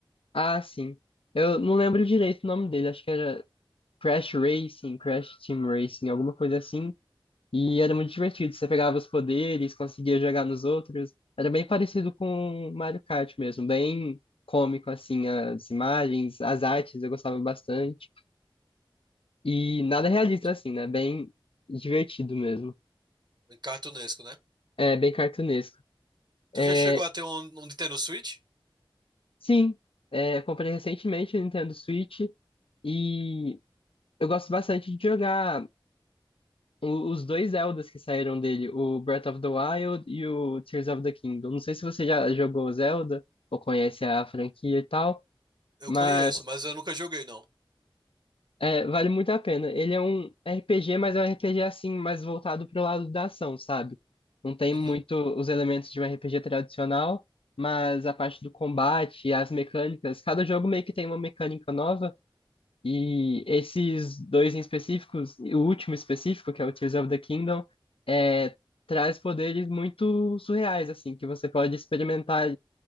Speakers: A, on the left; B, on the right.
A: Ah, sim. Eu não lembro direito o nome dele, acho que era Crash Racing, Crash Team Racing, alguma coisa assim. E era muito divertido, você pegava os poderes, conseguia jogar nos outros. Era bem parecido com Mario Kart mesmo, bem cômico, assim, as imagens, as artes, eu gostava bastante. E nada realista,
B: Tu-
A: assim, né? Bem divertido mesmo.
B: Cartunesco, né?
A: É, bem cartunesco.
B: Tu
A: É,
B: já chegou a ter um, um Nintendo Switch?
A: sim, é, eu comprei recentemente o Nintendo Switch e eu gosto bastante de jogar. o- os dois Zeldas que saíram dele, o Breath of the Wild e o Tears of the Kingdom. Não sei se você já jogou Zelda ou conhece a franquia e tal,
B: Eu
A: mas
B: conheço, mas eu nunca joguei, não.
A: é, vale muito a pena. Ele é um RPG, mas é um RPG assim, mais voltado pro lado da ação, sabe? Não tem
B: Uhum.
A: muito os elementos de um RPG tradicional, mas a parte do combate, as mecânicas, cada jogo meio que tem uma mecânica nova. E esses dois em específicos, e o último específico, que é o Tears of the Kingdom, é, traz poderes muito surreais, assim, que você pode experimentar